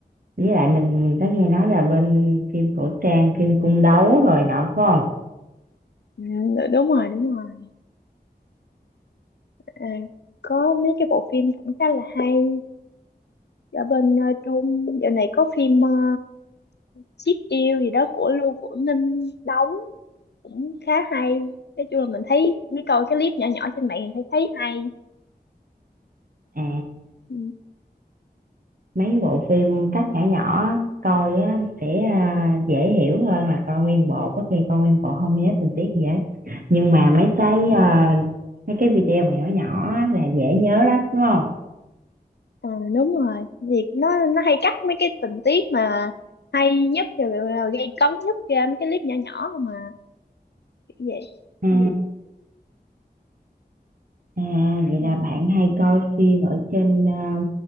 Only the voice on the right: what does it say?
với lại mình mình có nghe nói là bên phim cổ trang phim cung đấu rồi đó phải không
à
mấy cái bộ phim cắt nhỏ nhỏ coi á, sẽ à, dễ hiểu hơn là coi nguyên bộ có khi coi nguyên bộ không nhớ tình tiết gì hết nhưng mà mấy cái à, mấy cái video mà nhỏ nhỏ á là dễ nhớ lắm đúng không
ừ. Ừ. à, vậy
là bạn hay coi phim ở trên à,